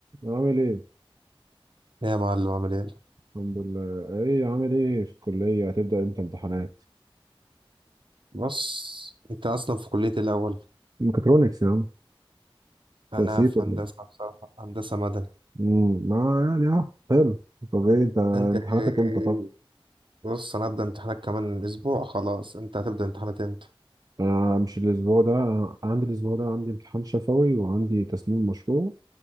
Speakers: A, on the right (about 40°); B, on the right (about 60°).
A: عامل ايه؟
B: إيه يا معلم عامل ايه
A: الحمد لله ايه عامل ايه في الكلية هتبدأ امتى امتحانات؟
B: بص انت اصلا في كلية إيه الاول
A: ميكاترونكس يا عم
B: انا
A: أنت نسيت
B: في
A: ولا
B: هندسة
A: ايه؟
B: بصراحة هندسة مدني
A: امم ما يعني اه حلو طب ايه انت امتحاناتك
B: انت إيه؟
A: امتى طب؟
B: بص انا هبدأ امتحانات كمان اسبوع خلاص انت هتبدأ امتحانات امتى
A: آه مش الاسبوع ده آه، عندي الاسبوع ده عندي امتحان شفوي وعندي تسليم مشروع